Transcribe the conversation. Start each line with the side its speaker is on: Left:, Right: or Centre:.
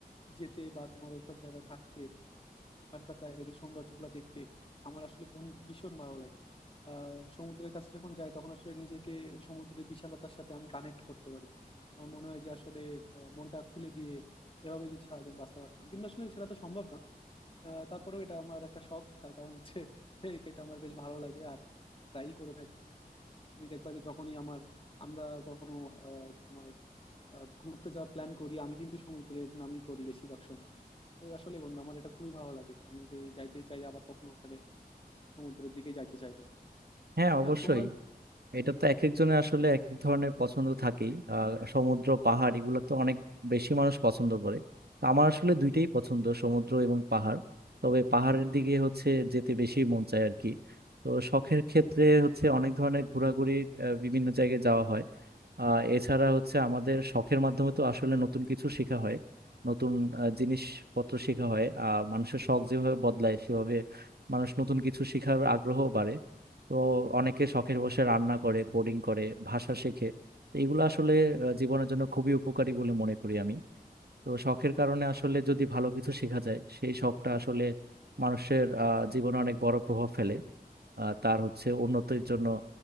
Left: যেতে বা তোমার ওই সব জায়গায় থাকতে ওখানকার প্রাকৃতিক সৌন্দর্যগুলো দেখতে আমার আসলে বন্ধু ভীষণ ভালো লাগে আর সমুদ্রের কাছে যখন যাই তখন আসলে নিজেকে ওই সমুদ্রের বিশালতার সাথে আমি কানেক্ট করতে পারি আমার মনে হয় যে আসলে আহ, মনটা খুলে দিয়ে এভাবে যদি সারাজীবন বাঁচতে পারতাম কিন্তু আসলে সেটা তো সম্ভব না আহ, তারপরেও এটা আমার একটা শখ তার কারণ হচ্ছে <laughs> এই এটা আমার বেশ ভালো লাগে আর ট্রাই করে থাকি তুমি দেখবা যে যখনই আমার আমরা কখনো আহ, তোমার আহ, ঘুরতে যাওয়ার প্ল্যান করি আমি কিন্তু সমুদ্রে নামই করি বেশিরভাগ সময় তো আসলে বন্ধু আমার এটা খুবই ভালো লাগে আমি যদি যাইতে চাই আবার কখনো তাহলে সমুদ্রের দিকে যাইতে চাইবো
Right: হ্যাঁ অবশ্যই
Left: আহ, তোমার
Right: এটা তো এক একজনের আসলে এক এক ধরনের পছন্দ থাকেই আহ সমুদ্র পাহাড় এগুলো তো অনেক বেশি মানুষ পছন্দ করে তো আমার আসলে দুইটাই পছন্দ সমুদ্র এবং পাহাড় তবে পাহাড়ের দিকে হচ্ছে যেতে বেশি মন চায় আর কি তো শখের ক্ষেত্রে হচ্ছে অনেক ধরনের ঘোরাঘুরির আহ, বিভিন্ন জায়গায় যাওয়া হয় আহ এছাড়া হচ্ছে আমাদের শখের মাধ্যমে তো আসলে নতুন কিছু শেখা হয় নতুন আহ, জিনিসপত্র শেখা হয় আহ মানুষের শখ যেভাবে বদলায় সেভাবে মানুষ নতুন কিছু শেখার আগ্রহ বাড়ে তো অনেকে শখের বসে রান্না করে কোডিং করে ভাষা শেখে তো এগুলো আসলে আহ, জীবনের জন্য খুবই উপকারী বলে মনে করি আমি তো শখের কারণে আসলে যদি ভালো কিছু শেখা যায় সেই শখটা আসলে মানুষের আহ, জীবনে অনেক বড় প্রভাব ফেলে আহ, তার হচ্ছে উন্নতির জন্য